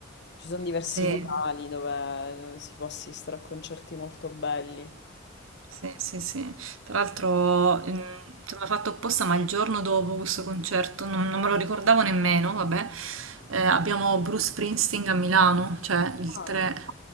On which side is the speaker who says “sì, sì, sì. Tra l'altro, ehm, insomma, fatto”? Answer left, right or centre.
Right